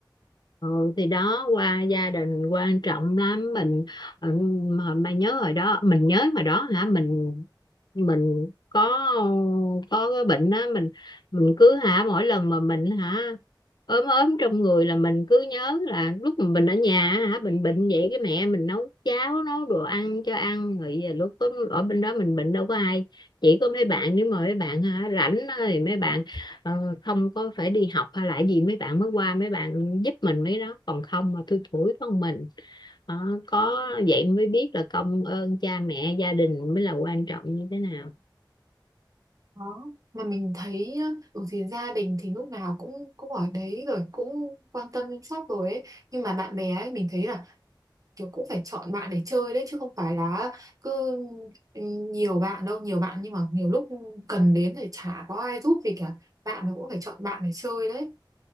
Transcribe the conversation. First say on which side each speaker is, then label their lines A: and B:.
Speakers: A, on the left; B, on the right.
A: Ừ, thì đó qua gia đình quan trọng lắm mình ừ, hồi mà nhớ hồi đó mình nhớ hồi đó hả mình mình có có cái bệnh đó mình mình cứ hả mỗi lần mà mình hả ốm ốm trong người là mình cứ nhớ là lúc mà mình ở nhà hả mình bệnh vậy cái mẹ mình nấu cháo nấu đồ ăn cho ăn rồi giờ lúc có- ở bên đó mình bệnh đâu có ai chỉ có mấy bạn nếu mà mấy bạn hả rảnh á thì mấy bạn Ờ, không có phải đi học hay là gì mấy bạn mới qua mấy bạn giúp mình mấy đó còn không mà thui thủi con mình Ờ, có vậy mới biết là công ơn cha mẹ gia đình mới là quan trọng như thế nào
B: đó mà mình thấy nhá, ở thì gia đình thì lúc nào cũng cũng ở đấy rồi cũng quan tâm chăm sóc rồi ấy nhưng mà bạn bè ấy mình thấy là kiểu cũng phải chọn bạn để chơi đấy chứ không phải là cứ ừ, nhiều bạn đâu nhiều bạn nhưng mà nhiều lúc cần đến thì chả có ai giúp gì cả bạn nó cũng phải chọn bạn để chơi đấy